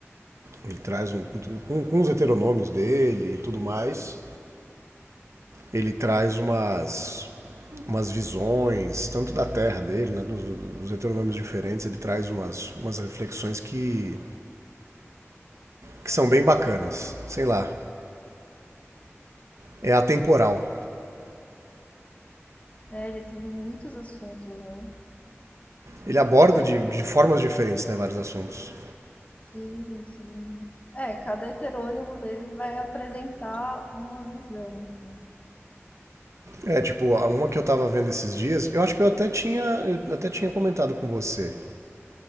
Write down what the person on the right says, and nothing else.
Ele traz um. Com, com os heteronômios dele e tudo mais, ele traz umas. umas visões, tanto da terra dele, né? Dos, dos heteronômios diferentes, ele traz umas, umas reflexões que. que são bem bacanas. Sei lá. É atemporal.
Ele aborda
de, de formas diferentes, né, vários assuntos.
É, tipo, a uma que eu tava vendo esses dias, eu acho que eu até tinha, eu até tinha comentado com você,